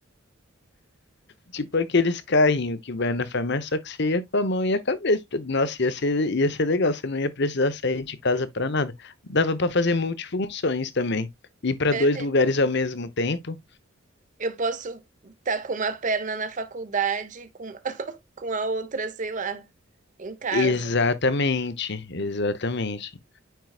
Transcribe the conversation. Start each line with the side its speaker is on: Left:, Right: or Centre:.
Left: Tipo aqueles carrinhos que vai na farmácia, só que você ia com a mão e a cabeça. Nossa, ia ser, ia ser legal, você não ia precisar sair de casa pra nada. Dava pra fazer multifunções também. Ir pra
Right: É
Left: dois
Right: mesmo.
Left: lugares ao mesmo tempo.
Right: Eu posso estar com uma perna na faculdade e com, <laughs> com a outra, sei lá, em casa.
Left: Exatamente, exatamente.